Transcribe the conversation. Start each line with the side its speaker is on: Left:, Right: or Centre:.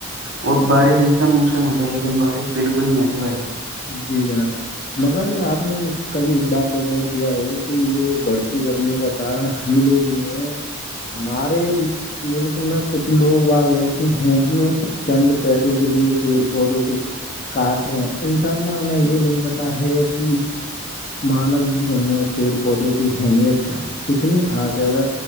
Right: اور بارش ایسا موسم ہوتا لیکن بارش بالکل نہیں آتی بھائی گ
Left: جی جناب مگر آپ آپ نے کبھی اس بات کا غور کیا ہو کہ یہ بڑھتی گرمی کا کارن ہم لوگ ہیں ہمارے ملک میں کچھ لوگ باگ ایسے ہیں جو چند پیسوں کے لیے پیڑ پودوں کو کاٹ رہے ہیں انشاء اللہ انہیں یہ نہیں پتا ہے کہ مانو جیون میں پیڑ پودوں کی اہمیت کتنی خاص ہے اگر